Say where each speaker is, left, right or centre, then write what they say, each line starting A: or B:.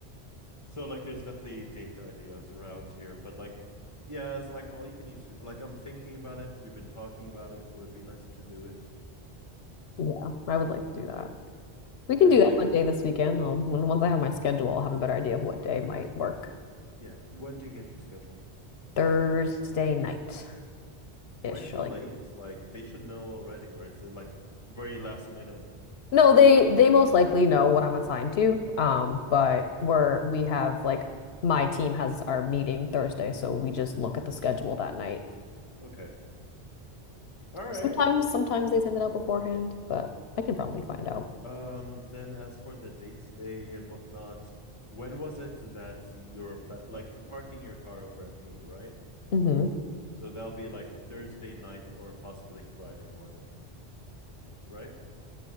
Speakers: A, on the left (about 30°); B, on the left (about 80°).
A: So like there's definitely date ideas around here, but like yeah, it's like all you can eat. su- Like I'm thinking about it. We've been talking about it. It would be nice to do it.
B: Yeah, I would like to do that. We can
A: And
B: do that
A: like
B: one day this weekend. I'll, when- once I have my schedule, I'll have a better idea of what day might work.
A: yeah, when do you get your schedule?
B: Thursday night
A: Why
B: ish,
A: so
B: or
A: late?
B: like
A: Like they should know already, or is it like very last minute?
B: No, they they most likely know what I'm assigned to. Um, but we're we have like my team has our meeting Thursday, so we just look at the schedule that night.
A: Okay. All right.
B: Sometimes sometimes they send it out beforehand, but I can probably find out.
A: Um, then as for the date day and whatnot, when was it that you're pla like you're parking your car over at me, right?
B: hmm
A: So that'll be like Thursday night or possibly Friday morning, right?